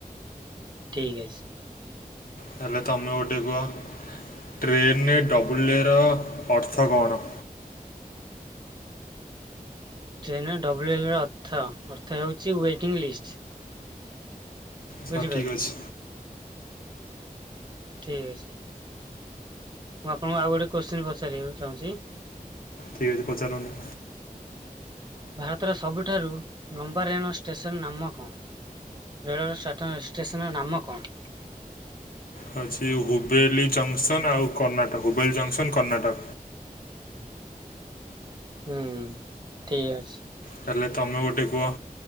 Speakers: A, on the right; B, on the left.
A: ଠିକ୍ ଅଛି।
B: ହେଲେ ତମେ ଗୋଟେ କୁହ। ଟ୍ରେନେରେ ଡବ୍ଲ ଏ ଅର୍ଥ କଣ?
A: ଟ୍ରେନ୍ରେ ଡବ୍ଲ୍ୟୁଏ ର ଅର୍ଥ, ଅର୍ଥ ହେଉଛି ୱେଟିଂ ଲିଷ୍ଟ।
B: ସଠିକ
A: ବୁଝିପାରିଲ
B: ଅଛି।
A: ଠିକ୍ ଅଛି। ମୁଁ ଆପଣଙ୍କୁ ଆଉ ଗୋଟେ କୋଶ୍ଚିନ୍ ପଚାରିବାକୁ ଚାହୁଁଛି।
B: ଠିକ ଅଛି ପଚାରନ୍ତୁ।
A: ଭାରତର ସବୁଠାରୁ ଲମ୍ବା ରେଣ ଷ୍ଟେସନ ନାମ କଣ? ରେଳ <unintelligible> ଷ୍ଟେସନର ନାମ କଣ?
B: ହଉଛି ହୁବେଲି ଜଙ୍କସନ ଆଉ କର୍ଣ୍ଣାଟକ ହୁବେଲ ଜଙ୍କସନ କର୍ଣ୍ଣାଟକ।
A: ହୁଁ ଠିକ୍ ଅଛି।
B: ତାହେଲେ ତୁମେ ଗୋଟେ କୁହ।